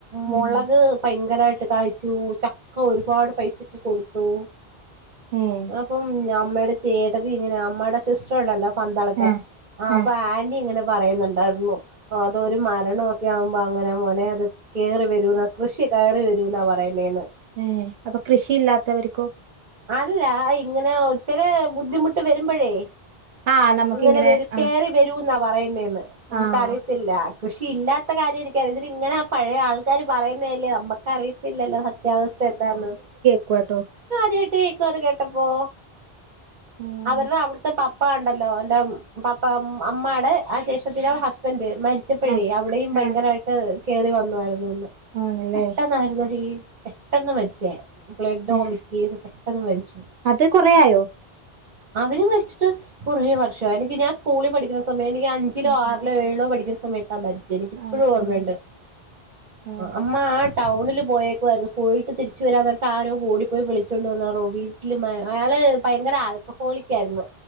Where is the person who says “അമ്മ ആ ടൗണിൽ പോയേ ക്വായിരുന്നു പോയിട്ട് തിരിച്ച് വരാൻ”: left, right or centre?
Right